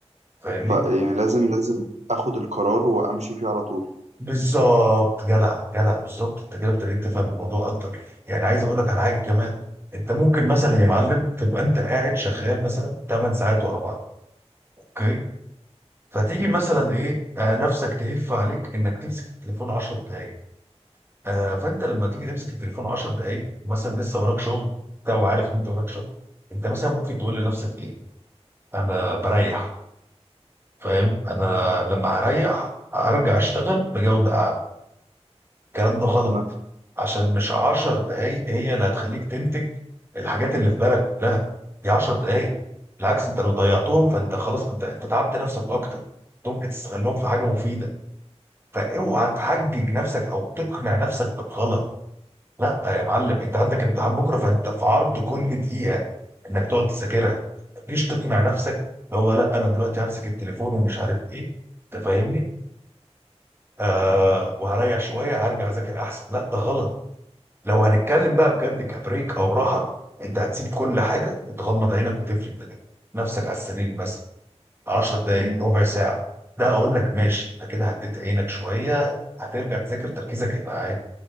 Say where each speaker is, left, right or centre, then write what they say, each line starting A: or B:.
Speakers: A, on the right; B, on the right.
A: فاهمني
B: ف يعني لازم لازم اخد القرار وامشي فيه على طول
A: بالظبط جدع جدع بالظبط انت كده ابتديت تفهم الموضوع اكتر يعني عايز اقول لك على حاجه كمان انت ممكن مثلا يا معلم تبقى انت قاعد شغال مثلا 8 ساعات ورا بعض اوكي فتيجي
B: امم
A: مثلا ايه آه نفسك تهف عليك انك تمسك التليفون 10 دقائق آه فانت لما تيجي تمسك التليفون 10 دقائق مثلا لسه وراك شغل بتاع وعارف ان انت وراك شغل انت مثلا ممكن تقول لنفسك ايه انا بريح فاهم انا لما اريح ارجع اشتغل بجوده اعلى الكلام ده غلط
B: لا
A: عشان مش عشر دقايق هي اللي هتخليك تنتج الحاجات اللي في بالك كلها دي عشر دقايق بالعكس انت لو ضيعتهم فانت خلاص انت انت تعبت نفسك اكتر انت ممكن تستغلهم في حاجه مفيده فاوعى تحجج نفسك او تقنع نفسك بالغلط لا يا معلم انت عندك امتحان بكره فانت في عرض كل دقيقه انك تقعد تذاكرها مش تقنع نفسك اللي هو لا انا دلوقتي همسك التليفون ومش عارف ايه انت فاهمني آه وهريح شويه هرجع اذاكر احسن لا ده غلط لو هنتكلم بقى بجد كبريك او راحه انت هتسيب كل حاجه وتغمض عينك وتفرد كده نفسك على السرير بس 10 دقائق
B: مم.
A: ربع ساعه ده اقول لك ماشي انت كده هديت عينك شويه هترجع تذاكر تركيزك هيبقى عادي